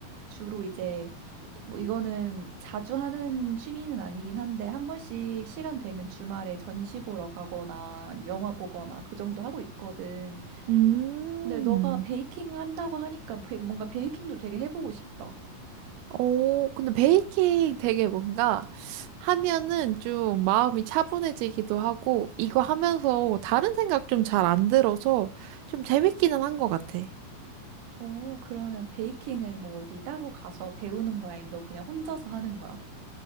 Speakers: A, on the right (about 65°); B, on the right (about 90°).
A: 주로 이제 뭐 이거는 자주 하는 취미는 아니긴 한데 한 번씩 시간 되면 주말에 전시 보러 가거나 아니면 영화 보거나 그 정도 하고 있거든.
B: 음.
A: 근데 너가 베이킹 한다고 하니까 베- 뭔가 베이킹도 되게 해보고 싶다.
B: 오, 근데 베이킹 되게 뭔가 하면은 좀 마음이 차분해지기도 하고, 이거 하면서 다른 생각 좀 잘 안 들어서 좀 재밌기는 한 것 같아.
A: 오, 그러면 베이킹을 뭐 어디 따로 가서 배우는 거야? 아니면 너 그냥 혼자서 하는 거야?